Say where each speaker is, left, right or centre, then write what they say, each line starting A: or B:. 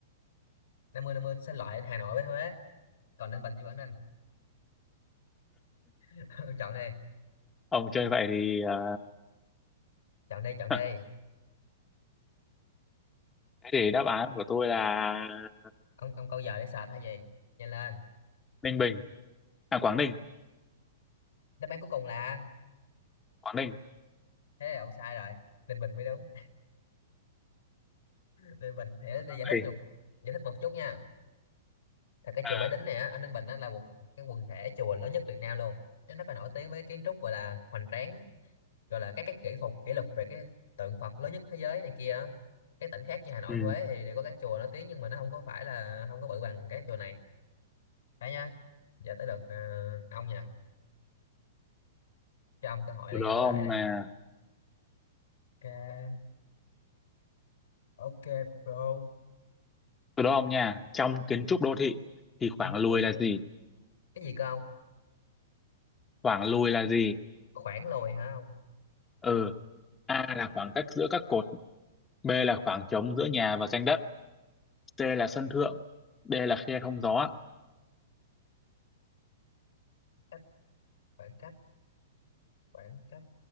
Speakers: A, on the left; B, on the left.
A: năm mươi năm mươi xin loại Hà Nội với Huế, còn Ninh Bình với Quảng Ninh. <laughs> Ông chọn đi,
B: ông chơi vậy thì ờ,
A: chọn đi, chọn đi.
B: <laughs> thế thì đáp án của tôi là
A: Ông ông câu giờ để sệt hay gì? Nhanh lên.
B: Ninh Bình à Quảng Ninh
A: Đáp án cuối cùng là
B: Quảng Ninh
A: thế là ông sai rồi. Ninh Bình mới đúng Ninh Bình thì để giải thích
B: Ôi,
A: chung giải thích một chút nha Thật cái
B: à,
A: chùa Bái Đính này á, ở Ninh Bình nó là một cái quần thể chùa lớn nhất Việt Nam luôn nó rất là nổi tiếng với kiến trúc gọi là hoành tráng gọi là các cái kỹ phục kỷ lục về cái tượng Phật lớn nhất thế giới này kia á. các tỉnh khác như Hà Nội
B: ừ.
A: Huế thì đều có các chùa nổi tiếng nhưng mà nó không có phải là không có bự bằng cái chùa này đấy nha giờ tới lượt à, ông nha cho ông cơ hội
B: từ
A: để
B: đó
A: gỡ lại
B: ông
A: đấy
B: là
A: ok ok bro
B: từ đó ông nha trong kiến trúc đô thị thì khoảng
A: kiến trúc
B: lùi
A: đô thị
B: là gì
A: cái gì cơ ông
B: khoảng lùi là gì
A: khoảng lùi hả ông
B: ừ A là khoảng cách giữa các cột B là khoảng trống giữa nhà và ranh đất C là sân thượng, D là khe thông gió,
A: cách khoảng cách khoảng cách